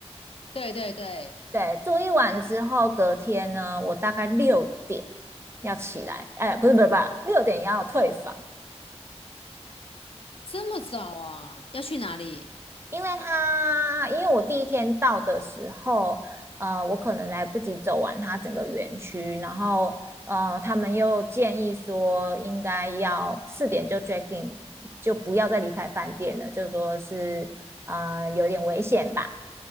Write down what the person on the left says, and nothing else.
对对对，
这么早啊？要去哪里？